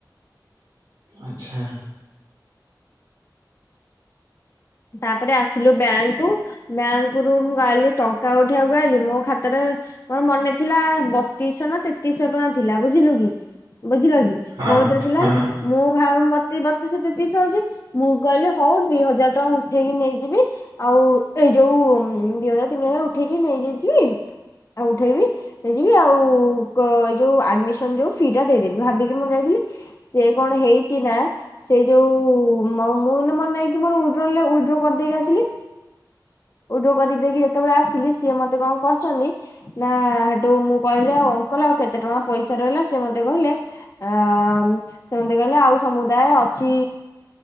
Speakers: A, on the right; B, on the left.
A: ଆଚ୍ଛା।
B: ତାପରେ ଆସିଲୁ ବ୍ୟାଙ୍କ ବ୍ୟାଙ୍କ ରୁ ମୁଁ ଗାଇଲି ଟଙ୍କା ଉଠେଇବାକୁ ଆଲି ମୋ ଖାତାରେ ମୋର ମନେ ଥିଲା ବତିଶଶହ ନା ତେତିଶଶହ ଟଙ୍କା ଥିଲା ବୁଝିଲୁ କି? ବୁଝିଲ କି
A: ହଁ
B: ମୋ କତିରେ ଥିଲା
A: ହଁ
B: ମୁଁ ଭାଉ ମତି ବତି ତେତିଶ ହଉଛି। ମୁଁ କହିଲି ହଉ ଦିହଜାର ଟଙ୍କା ଉ ଉଠେଇକି ନେଇଯିବି ଆଉ ଏଇ ଯୋଉ ଦିହଜାର ତିନି ହଜାର ଉଠେଇକି ନେଇଯାଇଥିବି। ଆଉ ଉଠେଇବି ହେଇଯିବି ଆଉ କ ଏଇ ଯୋଉ ଆଡମିସନ ଯୋଉ ଫି ଟା ଦେଇଦେବି। ଭାବିକି ମୁଁ ଯାଇଥିଲି। ସିଏ କଣ ହେଇଛି ନା ସେ ଯୋଉ ମୁଁ ମନେ ନେଇକି ମୋର ଉଇଡ୍ରଲରେ ଉଇ ଉଇଡ୍ରୋ କରିଦେଇକି ଆସିଲି ଉଇଡ୍ରୋ କରିଦେଇକି ତେବେଳେ ଆସିଲି ସିଏ ମତେ କଣ କରଛନ୍ତି ନା ସେଠୁ ମୁଁ କହିଲି ଆଉ ଅଙ୍କଲ ଆଉ କେତେ ଟଙ୍କା ପଇସା ରହିଲା? ସେ ମତେ କହିଲେ। ଅ ସେମିତି କହିଲେ ଆଉ ସମୁଦାୟ ଅଛି।